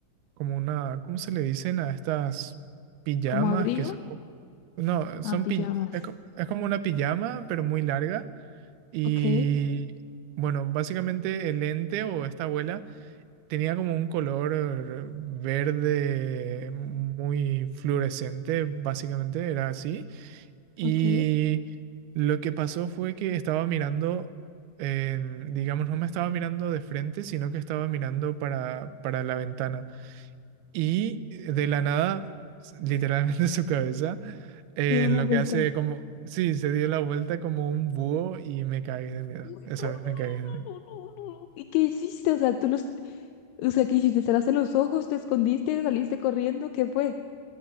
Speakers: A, on the right; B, on the left.
A: como una, ¿cómo se le dicen a estas pijamas
B: como abrigo,
A: que son? No,
B: ah,
A: son
B: pijamas.
A: pi- es, co- es como una pijama, pero muy larga. Y
B: Ok,
A: bueno, básicamente el ente o esta abuela tenía como un color verde muy fluorescente, básicamente era así. Y
B: ok.
A: lo que pasó fue que estaba mirando, en- digamos, no me estaba mirando de frente, sino que estaba mirando para, para la ventana. Y eh, de la nada, literalmente <laughs> su cabeza, eh,
B: Te da
A: en
B: la
A: lo
B: vuelta.
A: que hace como, sí, se dio la vuelta como un búho y me cagué de miedo.
B: Uy,
A: Esa
B: no, no,
A: vez me cagué de
B: no,
A: miedo.
B: no, no, no, no. ¿Y qué hiciste? O sea, tú los, o sea, ¿qué hiciste? ¿Cerraste los ojos? ¿Te escondiste? ¿Saliste corriendo? ¿Qué fue?